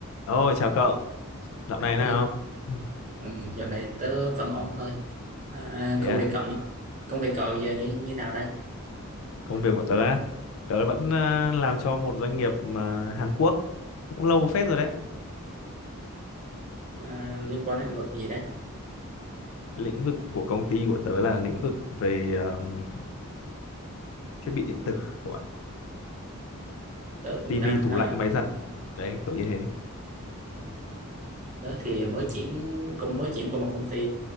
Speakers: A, on the left; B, on the right.
A: Ôi chào cậu, dạo này
B: Ừ,
A: nào? <laughs>
B: ừ, dạo này tớ vẫn ổn thôi. À, à,
A: Thế
B: công
A: à,
B: việc cậu công việc cậu giờ như như nào đây?
A: công việc của tớ á, tớ vẫn à, làm cho một doanh nghiệp mà Hàn Quốc cũng lâu phết rồi đấy.
B: À, liên quan đến lĩnh vực gì đây?
A: Lĩnh vực của công ty của tớ là lĩnh vực về um, thiết bị điện tử các bạn,
B: Tớ cũng
A: tivi,
B: đang
A: tủ
B: à,
A: lạnh, máy giặt. Đấy, kiểu như thế.
B: ừ, tớ thì mới chuyển cũng mới chuyển qua một công ty